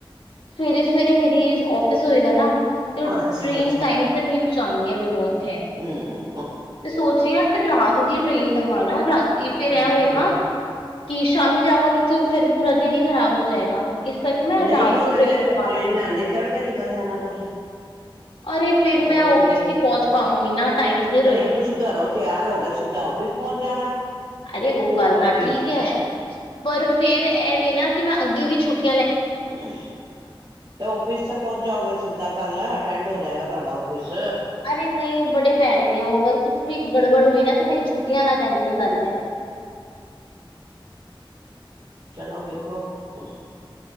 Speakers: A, on the left; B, on the right.
A: ਸਵੇਰੇ, ਸਵੇਰੇ ਮੇਰੀ ਔਫਿਸ ਹੋਏਗਾ ਨਾ ਤੇ
B: ਅੱਛਾ,
A: ਟ੍ਰੇਨ
B: ਅੱਛਾ
A: ਟਾਈਮ ਸਿਰ ਨਹੀਂ ਪਹੁੰਚਾਂਦੀ ਹੈ ਮੈਨੂੰ ਉੱਥੇ
B: ਹੂੰ, ਹੂੰ।
A: ਸੋਚਿਆ ਫੇਰ ਰਾਤ ਦੀ ਟ੍ਰੇਨ ਕਰਵਾਲਾ ਰਾਤ ਤੇ ਫੇਰ ਇਹ
B: ਓਹੋ,
A: ਹੋਏਗਾ ਕਿ ਸ਼ਾਮੀ ਜਾਵਾਂਗੀ ਤਾਂ ਫੇਰ ਪੂਰਾ ਦਿਨ ਹੀ ਖਰਾਬ ਹੋ ਜਾਏਗਾ ਇਸ ਕਰਕੇ ਮੈਂ
B: ਨਹੀਂ,
A: ਰਾਤ
B: ਸਵੇਰੇ
A: ਦੀ ਕਰਵਾ
B: ਟ੍ਰੇਨ
A: ਲਾਂਗੀ
B: ਜਾਂਦੀ ਤੜਕੇ ਨਿਕਲ ਜਾਣਾ ਤੁਸੀਂ
A: ਅਰੇ ਫੇਰ ਮੈਂ
B: ਹੋਰ
A: ਔਫਿਸ
B: ਕੀ,
A: ਨਹੀਂ ਪਹੁੰਚ ਪਾ ਪਵਾਂਗੀ ਨਾ। ਟਾਈਮ ਸਿਰ
B: ਨਹੀਂ ਤੁਸੀਂ ਘਰੋਂ ਤਿਆਰ ਹੋ ਕੇ ਸਿੱਧਾ ਆਫਿਸ ਪਹੁੰਚ ਜਾਣਾ।
A: ਅਰੇ, ਉਹ ਗੱਲ
B: ਹੋਰ
A: ਤਾਂ
B: ਕੀ,
A: ਠੀਕ ਐ। ਪਰ ਫੇਰ ਇਹਵੇ ਨਾ ਕਿ ਮੈਂ ਅੱਗੇ ਵੀ ਛੁੱਟੀ
B: ਤੇ ਔਫਿਸ ਤੇ ਪਹੁੰਚ ਜਾਓਗੇ ਸਿੱਧਾ ਕੱਲ੍ਹ ਅਟੈਂਡ ਹੋ ਜਾਏਗਾ ਤੁਹਾਡਾ ਔਫਿਸ
A: ਅਰੇ ਨਹੀਂ ਬੜੇ ਭੈੜੇ ਨੇ ਉਹ ਗਰ ਕੁੱਛ ਵੀ ਗੜਬੜ ਹੋਏ ਨਾ ਤੇ ਮੇਰੀ ਛੁੱਟੀਆਂ ਨਾ ਕੈਂਸਲ ਕਰ ਦੇਣ।
B: ਚਲੋ ਵੇਖੋ ਹੂੰ,